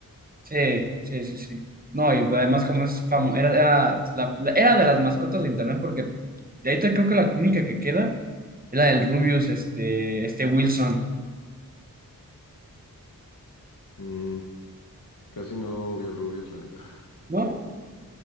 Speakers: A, on the right; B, on the left.
A: Sí, sí, sí, sí. No, y además como es famoso, era, era, la- la- era de las mascotas de internet porque de ahorita creo que la única que queda es la del Rubius, este, este Wilson,
B: Mm, casi no vi al Rubius, la neta. <laughs>
A: ¿no?